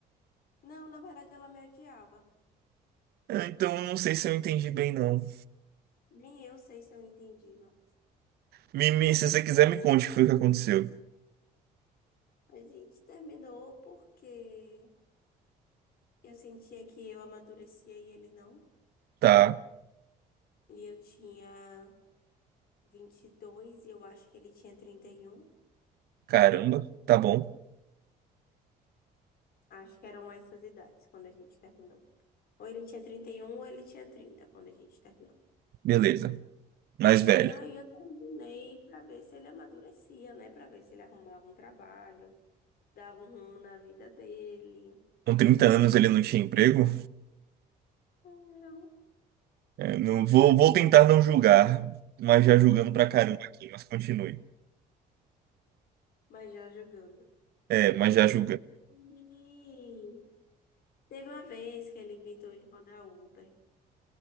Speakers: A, on the left; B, on the right.
A: Não, na verdade, ela me odiava.
B: É, Então, não sei se eu entendi bem, não.
A: Nem eu sei se eu entendi, mas
B: Me, me- se você quiser, me conte o que foi que aconteceu.
A: a gente terminou porque eu sentia que eu amadurecia e ele não.
B: Tá,
A: E eu tinha vinte e dois e eu acho que ele tinha trinta e um,
B: caramba, tá bom,
A: Acho que eram essas idades quando a gente terminou. Ou ele tinha 31 ou ele tinha 30 quando a gente terminou.
B: beleza. Mais velha.
A: E aí eu terminei pra ver se ele amadurecia, né? Pra ver se ele arrumava um trabalho, dava um rumo na vida dele.
B: Com 30 anos ele não tinha emprego?
A: Hum, Não,
B: É, não, vou, vou tentar não julgar, mas já julgando pra caramba aqui, mas continue.
A: mas já julgando.
B: É, mas já julga.
A: E Teve uma vez que ele inventou de rodar Uber,